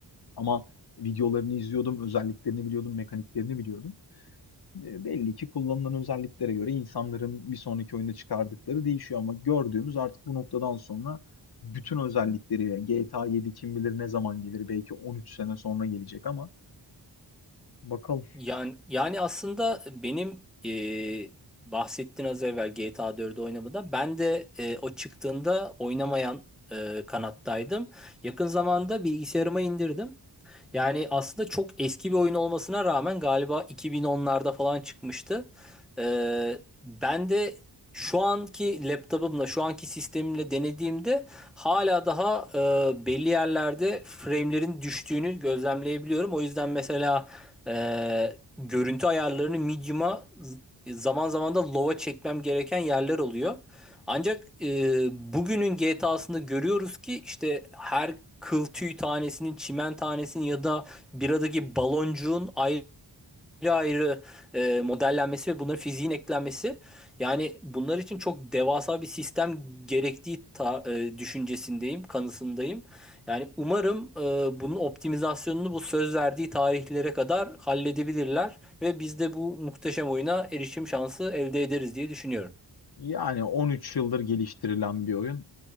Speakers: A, on the left (about 60°); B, in the centre.
A: Ama videolarını izliyordum, özelliklerini biliyordum, mekaniklerini biliyordum. E, Belli ki kullanılan özelliklere göre insanların bir sonraki oyunda çıkardıkları değişiyor ama gördüğümüz artık bu noktadan sonra bütün özellikleriyle GTA 7 kim bilir ne zaman gelir belki 13 sene sonra gelecek ama bakalım.
B: Yani, yani aslında benim e, bahsettiğin az evvel GTA 4'ü oynamada ben de e, o çıktığında oynamayan e, kanattaydım. Yakın zamanda bilgisayarıma indirdim. Yani aslında çok eski bir oyun olmasına rağmen galiba 2010'larda falan çıkmıştı. E, ben de şu anki laptopumla, şu anki sistemimle denediğimde hala daha e, belli yerlerde frame'lerin düştüğünü gözlemleyebiliyorum. O yüzden mesela ee, görüntü ayarlarını medium'a z- zaman zaman da low'a çekmem gereken yerler oluyor. Ancak e, bugünün GTA'sında görüyoruz ki işte her kıl tüy tanesinin, çimen tanesinin ya da biradaki baloncuğun ayrı ayrı ayrı e, modellenmesi ve bunların fiziğin eklenmesi yani bunlar için çok devasa bir sistem gerektiği ta- e, düşüncesindeyim, kanısındayım. Yani umarım e, bunun optimizasyonunu bu söz verdiği tarihlere kadar halledebilirler ve biz de bu muhteşem oyuna erişim şansı elde ederiz diye düşünüyorum.
A: Yani 13 yıldır geliştirilen bir oyun